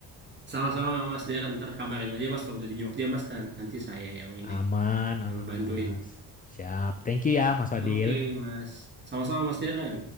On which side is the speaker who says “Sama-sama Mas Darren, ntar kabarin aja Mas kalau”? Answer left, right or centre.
Right